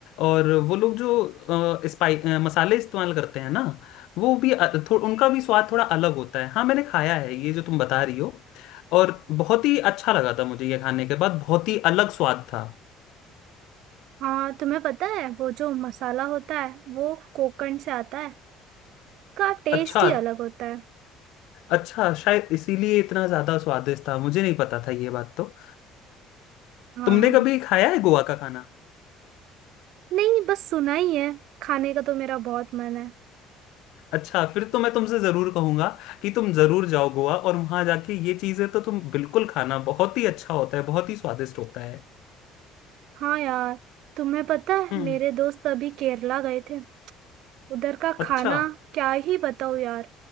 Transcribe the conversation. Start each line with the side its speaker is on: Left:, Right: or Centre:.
Left: और वो लोग जो अ, स्पाइ अ, मसाले इस्तेमाल करते हैं ना वो भी अ, थो, उनका भी स्वाद थोड़ा अलग होता है हाँ मैंने खाया है ये जो तुम बता रही हो और बहुत ही अच्छा लगा था मुझे ये खाने के बाद बहुत ही अलग स्वाद था
Right: हाँ तुम्हें पता है वो जो मसाला होता है वो कोकण से आता है उसका टेस्ट
Left: अच्छा
Right: ही अलग होता है
Left: अच्छा शायद इसीलिए इतना ज़्यादा स्वादिष्ट था मुझे नहीं पता था ये बात तो
Right: हाँ
Left: तुमने कभी खाया है गोवा का खाना
Right: नहीं बस सुना ही है खाने का तो मेरा बहुत मन है
Left: अच्छा फिर तो मैं तुमसे जरूर कहूंगा कि तुम जरूर जाओ गोवा और वहां जाके ये चीजें तो तुम बिल्कुल खाना बहुत ही अच्छा होता है बहुत ही स्वादिष्ट होता है
Right: हाँ यार तुम्हें पता है
Left: हम्म
Right: मेरे दोस्त अभी केरला गए थे उधर का
Left: अच्छा
Right: खाना क्या ही बताओ यार